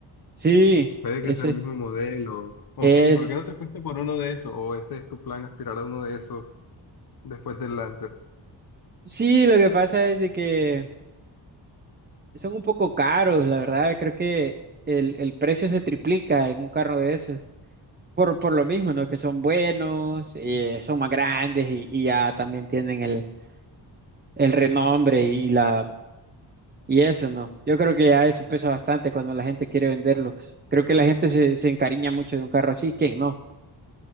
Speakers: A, on the right; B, on the left.
A: Sí,
B: Puede
A: ese
B: que sea el mismo modelo. Ok,
A: es.
B: ¿y por qué no te fuiste por uno de esos? ¿O ese es tu plan, aspirar a uno de esos después del Lancer?
A: Sí, lo que pasa es de que son un poco caros, la verdad. Creo que el, el precio se triplica en un carro de esos. Por, por lo mismo, ¿no? Que son buenos, eh, son más grandes y, y ya también tienen el, el renombre y la Y eso no, yo creo que ya eso pesa bastante cuando la gente quiere venderlos. Creo que la gente se, se encariña mucho de un carro así, ¿quién no?